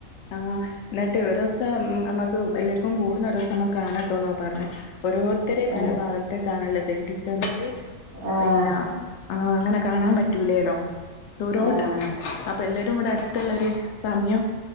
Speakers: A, on the left; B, on the right.
A: ആഹ് ഇന്നിട്ട് ഒരുസം അമ്മക്ക് എല്ലാര്ക്കും കൂടുന്ന ഒരുസം കാണട്ടോന്നാ പറഞ്ഞ് ഓരോര്ത്തര്
B: ആഹ്
A: പല ഭാഗ ത്തേക്കാണല്ലോ കെട്ടിച്ചെന്നിട്ട്
B: ആഹ്
A: പിന്നെ ആഹ് അങ്ങനെ കാണാം പറ്റൂലേലോ ദൂരോട്ടാ
B: ആഹ്
A: പ്പ എല്ലരും ഇവടെ അടുത്ത്ള്ളര് സമയം